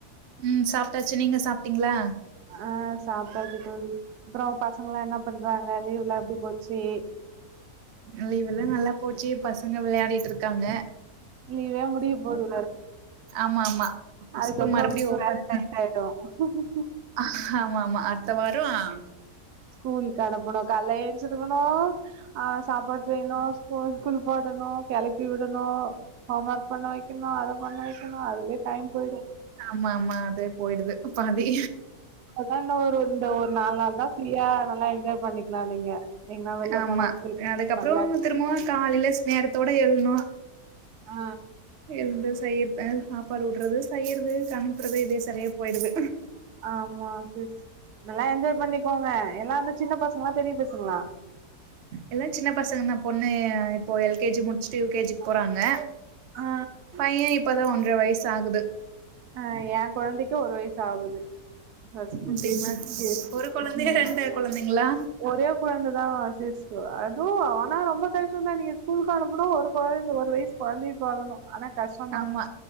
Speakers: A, on the right; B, on the right.
A: உம் சாப்ட்டாச்சு நீங்க சாப்ட்டீங்களா
B: ஆஹ் சாப்ட்டாச்சு தோழி அப்புறம் பசங்கல்லாம் என்ன பண்றாங்க லீவுலாம் எப்டி போச்சி
A: லீவுல்லாம் நல்லா போச்சு பசங்க விளையாடிட்ருக்காங்க
B: லீவே முடிய போது
A: ஆமா ஆமா
B: அதுக்கப்புறம்
A: ஸ்கூல் மறுபடியு
B: உங்களுக்கு
A: ஓபன்
B: வேல டைட் ஆயிடும் ஹ்ம் ஹ்ம் ஹ்ம்
A: ஆமா ஆமா அடுத்த வாரம் ஆ
B: ஸ்கூலுக்கு அனுப்பணும் காலைல எந்திச்சுருக்கணும் ஆஹ் சாப்பாடு செய்யணும் ஸ்கூ குளிப்பாட்டணும் கெளப்பி விடணும் ஹோம்வர்க் பண்ண வைக்கணும் அத பண்ண வைக்கணும் அதுலே டைம் போயிடும்
A: ஆமா ஆமா அதே போயிடுது பாதி
B: ன்னா இன்னும் ஒரு இந்த ஒரு நாலு நாள் தான் ஃப்ரீயா நல்லா என்ஜாய் பண்ணிக்கலாம் நீங்க எங்கனா வெள்ல
A: ஆமா
B: போனாலு போய்
A: அதுக்கப்புறம்
B: நல்லா
A: திரும்பவும் காலைல ஸ் நேரத்தோட எழுனும்
B: ஆ
A: எழுந்து செய்யிறது சாப்பாடு ஊட்றது செய்யிறது சமைக்குறது இதே சரியா போயிடுது
B: ஆமா சிஸ் நல்லா என்ஜாய் பண்ணிக் போவே எல்லாம் வந்து சின்ன பசங்களா பெரிய பசங்களா
A: எல்லாம் சின்ன பசங்க தான் பொண்ணு இப்போ எல்கேஜி முடிச்சுட்டு யூகேஜிக்கு போறாங்க
B: ஆ
A: பையன் இப்பதான் ஒன்ற வயசு ஆகுது
B: அஹ் என் கொழந்தைக்கு ஒரு வயசு ஆகுது ஃபஸ்ர்ட்டு
A: ஓகேங்களா
B: பேபி கேர்ள் பேபி
A: ஒரு கொழந்தையா
B: அஹ்
A: ரெண்டு கொழந்தைங்களா
B: ஒரே கொழந்த தான் சிஸ் அதுவும் ஆனா ரொம்ப கஷ்டந்தான் நீங்க ஸ்கூலுக்கு அனுப் ப்பனும் ஒரு கொழந்த ஒரு வயசு கொழந்தைய பாக்கணும் ஆனா கஷ்டம் தான்
A: ஆமா